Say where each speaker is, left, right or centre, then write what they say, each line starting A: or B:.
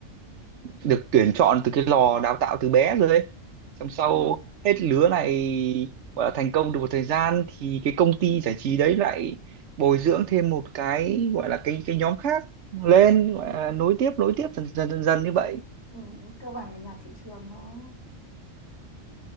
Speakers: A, on the right; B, on the left.
A: được tuyển chọn từ cái lò đào tạo từ bé rồi ấy xong sau
B: ừ,
A: hết lứa này gọi là thành công được một thời gian thì cái công ty giải trí đấy lại bồi dưỡng thêm một cái gọi là cái cái nhóm khác lên gọi là nối tiếp nối tiếp dần dần dần dần như vậy
B: ừ, cơ bản là nhạc thị trường thôi